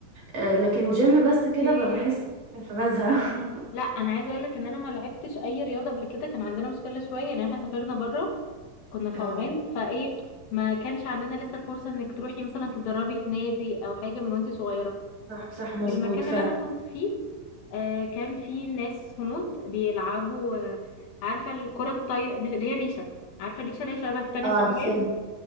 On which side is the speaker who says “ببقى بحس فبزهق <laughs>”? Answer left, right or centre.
Right